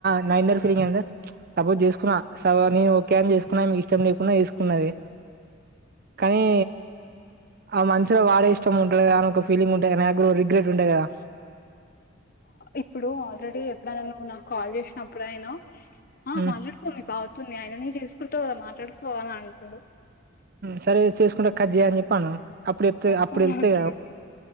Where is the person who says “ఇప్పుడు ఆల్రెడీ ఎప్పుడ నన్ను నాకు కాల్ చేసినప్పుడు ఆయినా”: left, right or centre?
Left